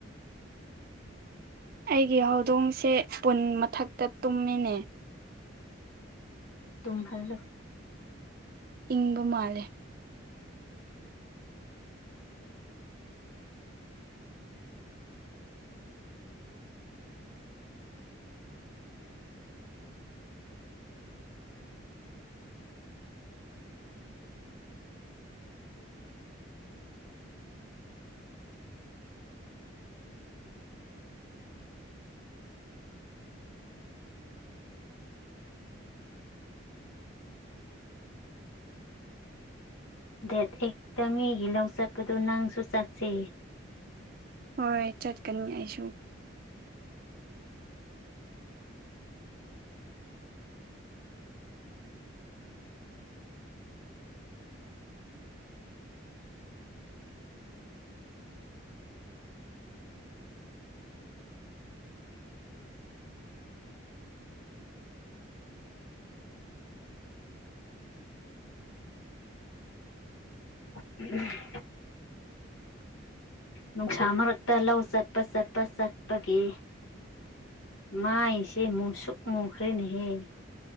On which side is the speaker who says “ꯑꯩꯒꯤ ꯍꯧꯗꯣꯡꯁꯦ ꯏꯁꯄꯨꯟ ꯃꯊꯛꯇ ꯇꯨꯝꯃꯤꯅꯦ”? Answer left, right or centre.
Right